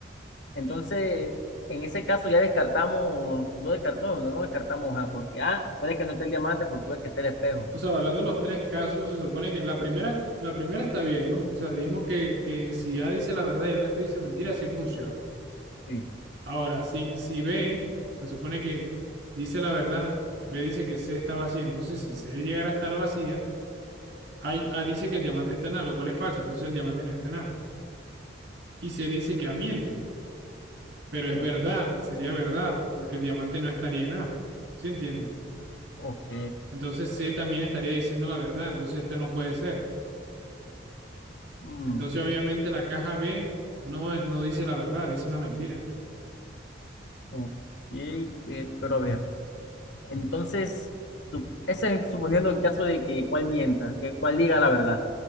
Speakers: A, on the left; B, on the right.
A: Entonces, en ese caso ya descartamos, no, descart- no, no, no descartamos A, porque A puede que no esté el diamante, pues puede que esté el espejo.
B: O sea, hablando de los tres casos, se supone que la primera, la primera está bien, ¿no? O sea, dijimos que, que si A dice la verdad y el resto dice mentira, así funciona.
A: Sí.
B: Ahora, si, si B se supone que dice la verdad, B dice que C está vacía, entonces si C llegara a estar vacía, A, A dice que el diamante está en A, lo cual es falso, entonces el diamante no está en A. Y C dice que A miente, pero
A: O-
B: es verdad, sería verdad, porque el diamante no estaría en A, ¿sí entiendes?
A: ok.
B: Entonces C también estaría diciendo la verdad, entonces esto no puede ser.
A: Mm,
B: Entonces obviamente la caja B no, no dice la verdad, dice una mentira.
A: ok, pe- pero a ver. Entonces, sup- ese es suponiendo en caso de que cuál mienta, que cuál diga la verdad.